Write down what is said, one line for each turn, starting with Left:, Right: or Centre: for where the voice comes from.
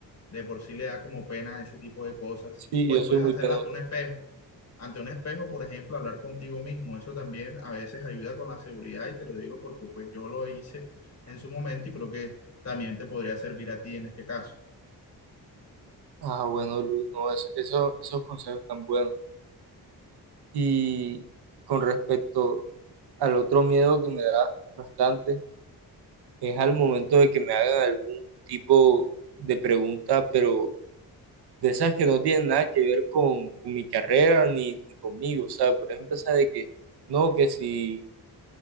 Left: de por sí le da como pena ese tipo de cosas,
Right: sí,
Left: pues
Right: yo
Left: puedes
Right: soy muy
Left: hacerlo
Right: penoso.
Left: ante un espejo. Ante un espejo, por ejemplo, hablar contigo mismo, eso también a veces ayuda con la seguridad y te lo digo porque pues yo lo hice en su momento y creo que también te podría servir a ti en este caso.
Right: Ah, bueno, Luis, no, es- eso, esos consejos tan buenos. Y con respecto al otro miedo que me da bastante, es al momento de que me hagan algún tipo de pregunta, pero de esas que no tienen nada que ver con, con mi carrera ni, ni conmigo. O sea, por ejemplo, esa de que no, que si